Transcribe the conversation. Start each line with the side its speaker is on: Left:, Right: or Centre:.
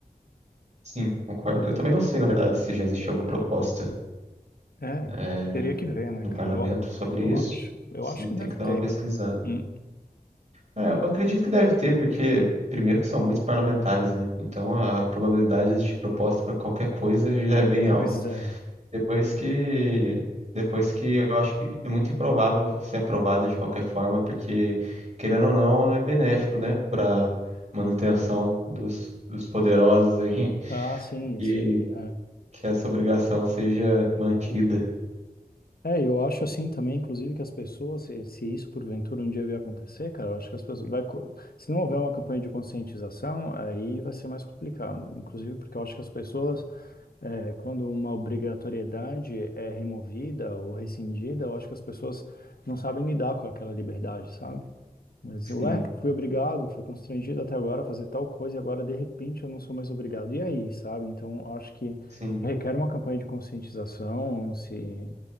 Right: sim, concordo. Eu também não sei, na verdade, se já existe alguma proposta,
Left: É,
Right: eh,
Left: teria que ver, né,
Right: no
Left: cara?
Right: parlamento
Left: Eu,
Right: sobre
Left: eu
Right: isso.
Left: acho, eu
Right: Sim,
Left: acho que
Right: tem
Left: deve
Right: que dar
Left: ter,
Right: uma pesquisada.
Left: cara. Hum.
Right: É, eu acredito que deve ter, porque primeiro que são muitos parlamentares, né? Então a probabilidade de existir proposta para qualquer coisa <laughs> já é bem alta.
Left: Pois é.
Right: Depois que depois que eu acho que é muito improvável ser aprovada de qualquer forma, porque querendo ou não é benéfico, né, para manutenção dos, dos poderosos aí
Left: Ah, sim,
Right: <laughs>
Left: isso
Right: que
Left: aí. É.
Right: que essa obrigação seja mantida.
Left: É, eu acho assim também, inclusive, que as pessoas, se, se isso porventura um dia vier acontecer, cara, eu acho que as pessoas vai, co- se não houver uma campanha de conscientização, aí vai ser mais complicado. Inclusive, porque eu acho que as pessoas É, quando uma obrigatoriedade é removida ou rescindida, eu acho que as pessoas não sabem lidar com aquela liberdade, sabe? Mas,
Right: Sim,
Left: ué, fui obrigado, fui constrangido até agora a fazer tal coisa e agora, de repente, eu não sou mais obrigado. E aí, sabe? Então, eu acho que
Right: sim.
Left: requer uma campanha de conscientização, se...